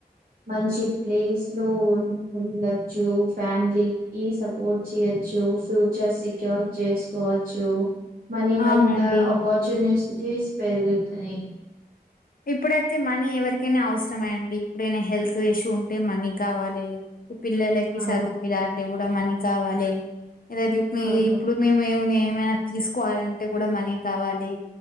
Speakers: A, on the right (about 65°); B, on the left (about 60°).
A: మంచి ప్లేస్ లో ఉ ఉండొచ్చు ఫ్యామిలీ. ఈ సపోర్ట్ చేయచ్చు ఫ్యూచర్ సెక్యూర్ చేసుకోవచ్చు మనీ వల్.
B: అవునండి
A: ఆపర్చునిస్టీస్ పెరుగుతాయి.
B: ఇప్పుడైతే మనీ ఎవరికైనా అవసరమండి ఇప్పుడైనా హెల్త్ ఇష్యూ ఉంటే మనీ కావాలే. పిల్లలకి
A: ఆ
B: సదుపియాలంటే గూడా మనీ కావాలే ఎదైనా ఉప్మి
A: అవును
B: ఇప్పుడు. మేము ఏమ ఏమైనా తీసుకోవాలంటే గూడా మనీ కావాలి